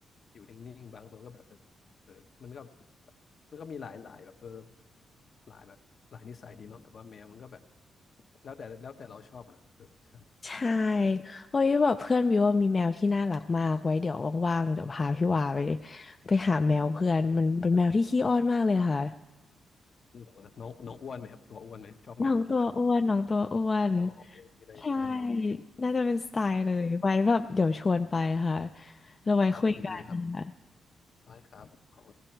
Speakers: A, on the left; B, on the left.
A: อยู่นิ่งๆบางตัวก็แบบเออมันก็มันก็มีหลายหลายแบบเออหลายแบบหลายนิสัยดีเนาะแบบว่าแมวมันก็แบบแล้วแต่แล้วแต่เราชอบอะนะเออใช่
B: ใช่เฮ้ยแบบเพื่อนวิวว่ามีแมวที่น่ารักมากไว้เดี๋ยวว่างๆเดี๋ยวพาพี่วาไปไปหาแมวเพื่อนมันเป็นแมวที่ขี้อ้อนมากเลยค่ะ
A: จริงเหรอน้องน้องอ้วนไหมครับตัวอ้วนไหมชอบแมวอ้วน
B: น้องตัวอ้วนน้องตัวอ้วน
A: ๆ <laughs> อ๋อโอเคดีเลยดีเลยโอเค
B: ใช่น่าจะเป็นสไตล์เลยไว้แบบเดี๋ยวชวนไปค่ะ
A: โอเค
B: เราไว้คุยกันค่ะ
A: ครับยินดีครับได้ครับขอบคุณ